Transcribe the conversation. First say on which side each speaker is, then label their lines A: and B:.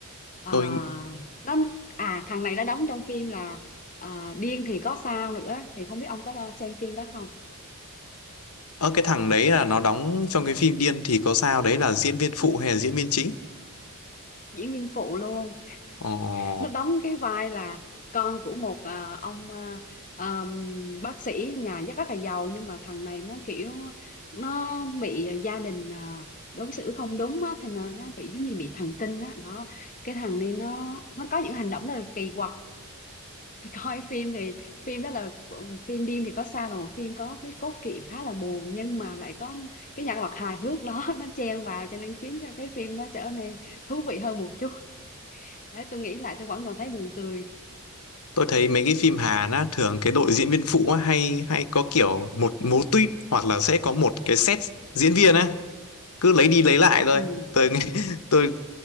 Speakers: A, on the left; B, on the left.
A: à,
B: tôi
A: nó à thằng này nó đóng trong phim là ờ, Điên thì có sao nữa thì không biết ông có đo- xem phim đó không
B: ở cái thằng đấy là nó đóng trong cái phim Điên thì có sao đấy là diễn viên phụ hay là diễn viên chính
A: diễn viên phụ luôn
B: Ồ
A: nó đóng cái vai là con của một à, ông à, à, bác sĩ nhà rất rất là giàu nhưng mà thằng này nó kiểu nó bị gia đình à, đối xử không đúng á thành là nó bị giống như bị thần kinh á đó cái thằng này nó nó có những hành động rất là kỳ quặc Thì coi phim thì phim đó là ờ, phim điên thì có sao đâu phim có cái cốt truyện khá là buồn nhưng mà lại có cái nhân vật hài hước đó <laughs> nó chen vào cho nên khiến cho cái phim nó trở nên thú vị hơn một chút đấy tôi nghĩ lại tôi vẫn còn thấy buồn cười
B: tôi thấy mấy cái phim Hàn á thường cái đội diễn viên phụ á, hay hay có kiểu một mô típ hoặc là sẽ có một cái set diễn viên á cứ lấy đi lấy lại thôi
A: ừ.
B: tôi <laughs> tôi